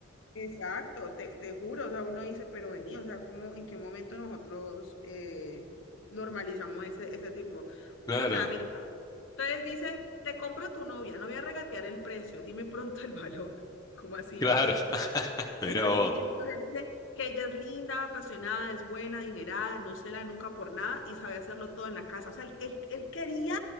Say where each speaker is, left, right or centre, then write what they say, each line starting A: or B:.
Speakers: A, on the left (about 65°); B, on the left (about 20°).
A: Exacto, te, te juro, o sea, uno dice, pero vení, o sea, ¿cómo, en qué momento nosotros eh, normalizamos ese, ese tipo?
B: Claro,
A: O sea, mira, entonces dice, te compro tu novia, no voy a regatear el precio, dime pronto el valor. <laughs> ¿Cómo así?
B: claro. <laughs> Mirá
A: ¿Cómo
B: vos.
A: así? Entonces dice que ella es linda, apasionada, es buena, adinerada, no se la nunca por nada y sabe hacerlo todo en la casa. O sea, él, él- él quería